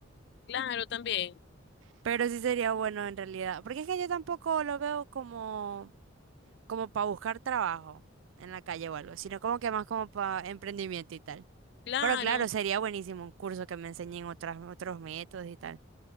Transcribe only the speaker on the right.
Pero sí sería bueno en realidad, porque es que yo tampoco lo veo como, como para buscar trabajo en la calle o algo, sino como que más como para emprendimiento y tal.
Pero claro, sería buenísimo un curso que me enseñen otras, otros métodos y tal.